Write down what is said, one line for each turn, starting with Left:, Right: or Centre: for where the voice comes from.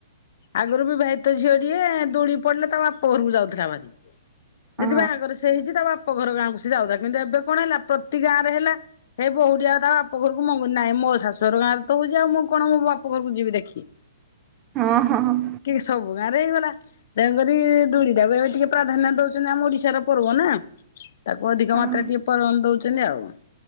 Left: ଆଗରୁ ବିଭାଇତ ଝିଅଟିଏ ଦୋଳି ପଡିଲେ ତା ବାପା ଘରକୁ ଯାଉଥିଲା ଭାରି।
Right: ହଁ
Left: ଯଦି ବାହାଘର ସେ ହେଇଚି ତା ବାପ ଘର ଗାଁ କୁ ସେ ଯାଉଥିଲା। କିନ୍ତୁ ଏବେ କଣ ହେଲା ପ୍ରତି ଗାଁ ରେ ହେଲା। ହେଇ ବହୂଟି ଆଉ ତା ବାପ ଘରକୁ ମଙ୍ଗୁନି, ନାଇଁ ମୋ ଶାଶୁଘର ଗାଁରେ ତ ହଉଚି ଆଉ ମୁଁ କଣ ମୋ ବାପ ଘରକୁ ଯିବି ଦେଖି।
Right: ହଁ ହଁ ହଁ।
Left: କି ସବୁ ଗାଁରେ ହେଇଗଲା। ତେଣୁକରି ଦୋଳି ଟାକୁ ଏବେ ଟିକେ ପ୍ରାଧାନ୍ୟ ଦଉଛନ୍ତି ଆମ ଓଡିଶାର ପର୍ବ ନା। ତାକୁ ଅଧିକ
Right: ହଁ
Left: ମାତ୍ରା ଟିକେ ପ୍ରାଧାନ୍ୟ ଦଉଛନ୍ତି ଆଉ।